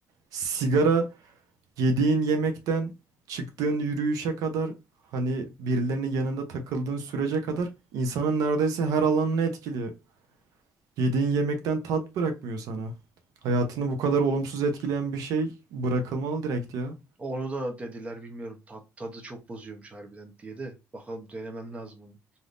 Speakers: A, on the right; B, on the right.
A: sigara Yediğin yemekten çıktığın yürüyüşe kadar hani birilerinin yanında takıldığın sürece kadar insanın neredeyse her alanını etkiliyor. Yediğin yemekten tat bırakmıyor sana. Hayatını bu kadar olumsuz etkileyen bir şey bırakılmalı direkt ya.
B: Onu da dediler bilmiyorum. Tat, tadı çok bozuyormuş harbiden diye de. Bakalım denemem lazım onu.